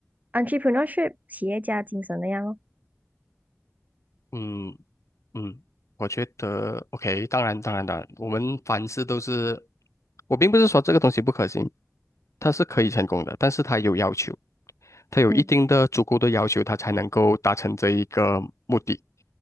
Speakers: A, on the right; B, on the left.
A: ，entrepreneurship 企业家精神那样哦，
B: 嗯嗯。我觉得 OK，当然，当然，当然，我们凡事都是我并不是说这个东西不可行，它是可以成功的，但是它有要求，它有一定的足够的要求，
A: 嗯
B: 它才能够达成这一个目的。